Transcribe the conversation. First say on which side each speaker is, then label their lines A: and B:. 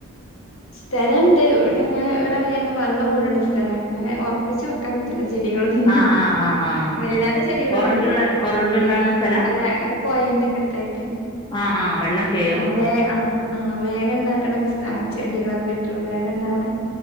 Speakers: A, on the left; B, on the left.
A: സ്ഥലണ്ട് ഇവിടെ ഇങ്ങനെ ഇവിടെ വേഗം വെള്ളം മൂടണാ സ്ഥലാ അപ്പൊ അങ്ങനെ ഒറപ്പിച്ച് വെക്കാൻ പറ്റില്ലാ ചെടികളും ഉം
B: ആഹ് ആഹ് ആഹ് ആഹ്
A: വല്ലാതെ ചെടികളൊന്നുല്ല
B: ഒറകുള്ള ഒറകുണ്ടാവണ സ്ഥലാ
A: അല്ല <unintelligible> പൊയ ന്റെക്കട്ത്തായിട്ട്
B: ആഹ് ആഹ് വെള്ളം കേറും
A: ആഹ് വേ ആഹ് ആഹ് വേഗണ്ടാക്ക്‌ണ ആഹ് ചെടികളൊക്കെ വിറ്റൂ വേഗണ്ടാവണേ